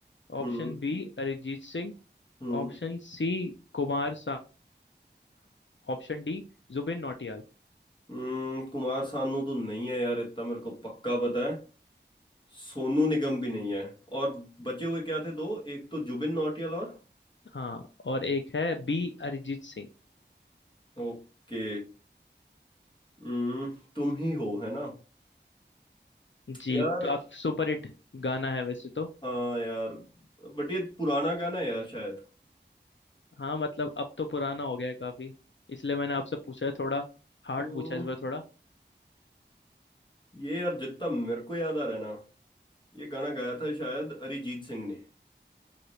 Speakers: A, on the left; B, on the left.
A: Option
B: हम्म
A: B Arijit Singh
B: हम्म
A: Option C Kumar Sanu Option D Zubin Nautiyal
B: हम्म, कुमार सानू तो नहीं है यार इतना मेरे को पक्का पता है सोनू निगम भी नहीं है और बचे हुए क्या थे दो एक तो जुबिन नौटियाल और
A: हाँ और एक है बी अरिजीत सिंह
B: ओके हम्म तुम ही हो है ना
A: जी
B: यार
A: काफी सुपर हिट गाना है वैसे तो
B: हाँ यार बट ये पुराना गाना है यार शायद
A: हाँ मतलब अब तो पुराना हो गया है काफी इसलिए मैंने आपसे पूछा है थोड़ा हार्ड
B: हम्म,
A: पूछा है इस बार थोड़ा
B: ये यार जितना मेरे को याद आ रहा है ना ये गाना गाया था शायद अरिजीत सिंह ने